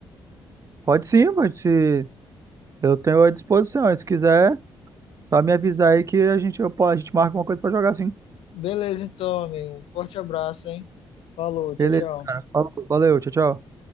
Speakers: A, on the right; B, on the left.
A: Pode sim, pode se eu tenho à disposição, se quiser. Só me avisar aí que a gente, eu, po- a gente marca uma coisa pra jogar, sim.
B: Beleza, então, amigo. Um forte abraço, hein? Falou, tchau,
A: Beleza,
B: tchau.
A: cara. Falou, valeu, tchau, tchau.